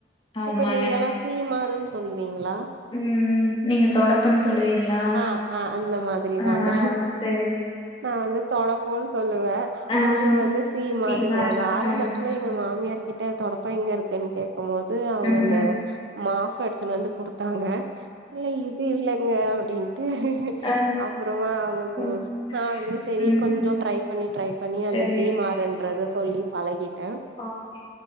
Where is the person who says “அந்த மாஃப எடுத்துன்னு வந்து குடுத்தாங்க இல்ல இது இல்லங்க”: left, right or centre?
Right